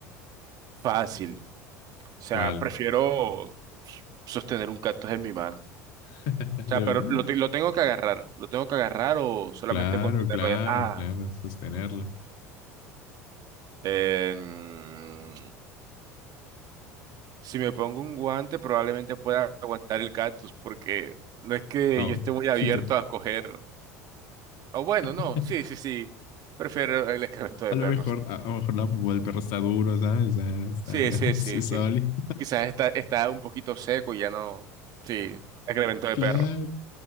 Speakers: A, on the right; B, on the left.
A: Fácil. O sea,
B: ¿Cuál?
A: prefiero sostener un cactus en mi mano.
B: <laughs>
A: O
B: ¿De
A: sea, pero
B: verdad?
A: lo, te- lo tengo que agarrar. ¿Lo tengo que agarrar o solamente
B: Claro,
A: con tenerlo
B: claro,
A: ya? Ah,
B: claro, sostenerla.
A: em, si me pongo un guante probablemente pueda aguantar el cactus porque no es que
B: Oh,
A: yo esté muy
B: sí
A: abierto
B: te...
A: a coger... O bueno,
B: <laughs>
A: no, sí, sí, sí. Prefiero el excremento de
B: A lo
A: perros.
B: mejor, a, a lo mejor la, el perro está duro, ¿sabes? Ah, Está,
A: Sí,
B: <laughs>
A: sí, sí,
B: es, es
A: sí.
B: sólido.
A: Quizás está, está un poquito seco y ya no... Sí, excremento de
B: Claro,
A: perro.